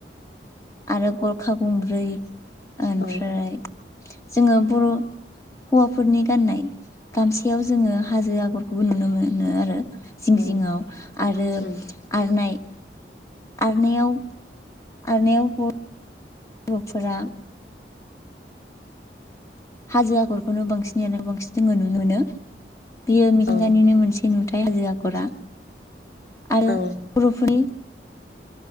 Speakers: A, on the left; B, on the left.
A: आरो गरखा गंब्रै ओमफ्राय।
B: औ
A: जोङो बर' हौवाफोरनि गाननाय गामसयाव जोङो। हाजो आगरखौबो नुनो मोनो आरो जिं
B: औ
A: जिंआव आरो
B: उम
A: आरनायइ। आरनायाव आरनायाव। बर'फोरा। हाजो आगरखौनो बांसिनयानो बांसिन जोङो नुनो मोनो बेयो मिथिंगानिनो
B: औ
A: मोनसे नु। हाजो आगरा आरो
B: औ
A: बर'फोरनि।